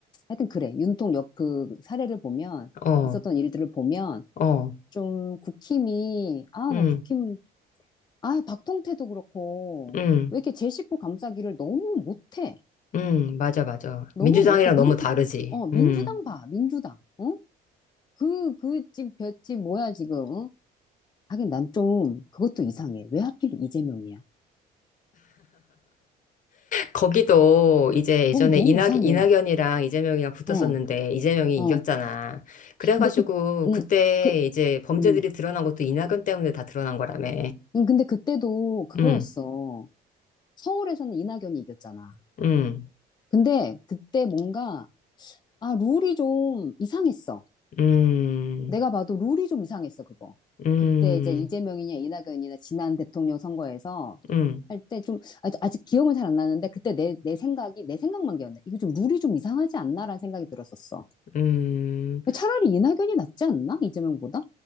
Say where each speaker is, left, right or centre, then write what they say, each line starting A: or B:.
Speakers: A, on the left (about 25°); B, on the left (about 50°).
A: 하여튼 그래. 윤통역 그 사례를 보면,
B: 어,
A: 있었던 일들을 보면,
B: 어,
A: 좀 국힘이, 아,
B: 음,
A: 난 국힘, 아, 박통태도 그렇고,
B: 음.
A: 왜 이렇게 제 식구 감싸기를 너무 못해.
B: 음, 맞아, 맞아.
A: 너무
B: 민주당이랑
A: 못해. 민,
B: 너무 다르지.
A: 어, 민주당
B: 음.
A: 봐, 민주당. 어? 그, 그 집, 볏집 뭐야, 지금. 어? 하긴 난 좀 그것도 이상해. 왜 하필 이재명이야?
B: 거기도 이제
A: 거기
B: 예전에
A: 너무
B: 이낙,
A: 이상해.
B: 이낙연이랑 이재명이랑 붙었었는데
A: 어,
B: 이재명이
A: 어.
B: 이겼잖아. 그래가지고
A: 근데 그, 음,
B: 그때
A: 그,
B: 이제 범죄들이
A: 음.
B: 드러난 것도 이낙연 때문에 다 드러난 거라며.
A: 음, 근데 그때도 그거였어.
B: 음,
A: 서울에서는 이낙연이 이겼잖아.
B: 음,
A: 근데 그때 뭔가, 아, 룰이 좀 이상했어.
B: 음,
A: 내가 봐도 룰이 좀 이상했어, 그거.
B: 음,
A: 그때 이제 이재명이냐 이낙연이냐 지난 대통령 선거에서
B: 음,
A: 할 때 좀, 아직, 아직 기억은 잘 안 나는데 그때 내, 내 생각이, 내 생각만 기억나. 이거 좀 룰이 좀 이상하지 않나라는 생각이 들었었어.
B: 음.
A: 차라리 이낙연이 낫지 않나? 이재명보다?